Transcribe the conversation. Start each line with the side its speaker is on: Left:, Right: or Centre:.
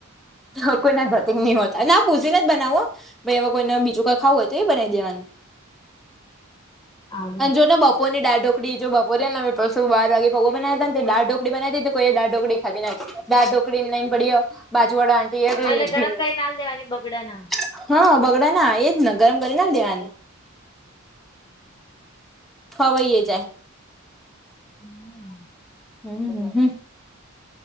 Centre: હ કોઈ ના ધતિંગ નહી હોતા ના પૂછીને જ બનાવુ હ, ભાઈ એમાં કોઈને બીજું કઈ ખાવુંય હોય, તો એ બનાવી દેવાનું.
Left: <inaudible> આવું
Centre: અને જોને બપોર ની દાળઢોકડી, જો બપોરે હેને પરશું બાર વાગે પૈવા બનાયાતા ને તે દાળઢોકડી બનાયવી હતી તો કોઈ દાળઢોકડી ખાધી નઈ હતી. દાળઢોકરી ને લઇને પડીય, બાજુવાળા આન્ટી ભી
Left: એટલે
Centre: નહી ખાઇ
Left: ગરમ કરીને આલ દેવાની બગડા ના
Centre: હ, હા બગડા ના આ એ જ ને ગરમ કરીને આલ દેવાની, ખવાઈએ જાય.
Left: હમ,
Centre: હમ હમ,